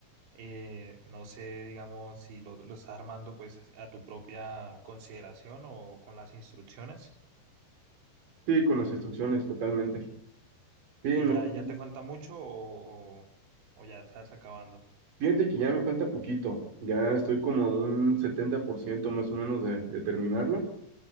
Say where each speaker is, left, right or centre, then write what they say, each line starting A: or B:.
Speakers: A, on the right; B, on the right.
A: Eh, no sé, digamos, si lo, lo estás armando, pues, a tu propia consideración o con las instrucciones.
B: Sí, con las instrucciones, totalmente. Sí,
A: ¿Y
B: no.
A: ya, ya te falta mucho o, o o ya estás acabando?
B: Fíjate que ya me falta poquito. Ya estoy como a un setenta por ciento más o menos de, de terminarlo.